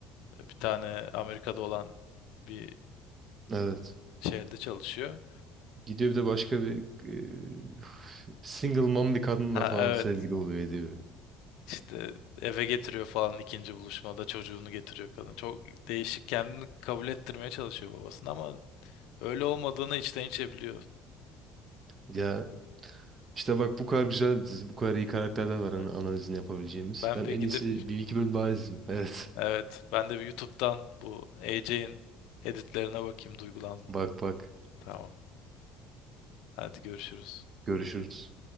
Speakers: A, on the left; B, on the right.
A: Bir tane Amerika'da olan bir
B: Evet.
A: şehirde çalışıyor.
B: Gidiyor bir de başka bir e, single mom bir kadınla
A: Ha
B: falan
A: evet.
B: sevgili oluyor ediyor.
A: İşte eve getiriyor falan ikinci buluşmada çocuğunu getiriyor kadın. Çok değişik kendini kabul ettirmeye çalışıyor babasını ama öyle olmadığını içten içe biliyor.
B: Ya işte bak bu kadar güzel bir dizi, bu kadar iyi karakterler var hani
A: Evet,
B: analizini yapabileceğimiz.
A: Ben
B: Ben
A: bir
B: en
A: gidip
B: iyisi bir iki bölüm daha izleyeyim. Evet.
A: evet ben de bir YouTube'dan bu AJ'in editlerine bakayım duygulandım.
B: Bak bak.
A: Tamam. Hadi görüşürüz.
B: Görüşürüz.